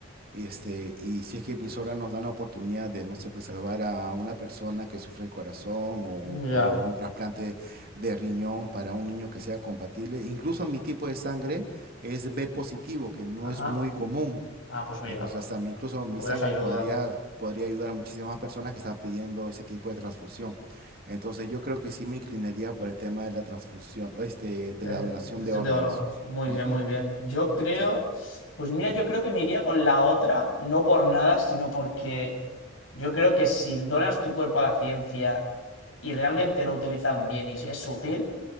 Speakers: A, on the right (about 50°); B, on the left (about 75°).
A: este, y si es que mis nos dan la oportunidad de, no sé, pues salvar a una persona que sufre de corazón o,
B: Ya.
A: o un trasplante de riñón para un niño que sea compatible. Incluso mi tipo de sangre es B positivo, que no
B: Ajá.
A: es muy común.
B: Ah, pues mira,
A: Entonces, hasta mi- incluso mi
B: podrás
A: sangre
B: ayudar.
A: podría, podría ayudar a muchísimas personas que están pidiendo ese tipo de transfusión. Entonces, yo creo que sí me inclinaría por el tema de la transfusión, este, de
B: El
A: la donación
B: detección
A: de órganos.
B: de órganos. Muy
A: Ujú,
B: bien, muy bien. Yo creo.
A: sí.
B: Pues mira, yo creo que me iría con la otra, no por nada, sino porque yo creo que si donas tu cuerpo a la ciencia y realmente lo utilizan bien y es útil.